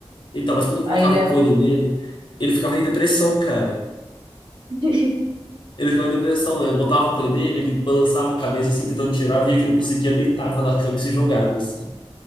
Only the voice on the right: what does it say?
Aí ele é,
<laughs>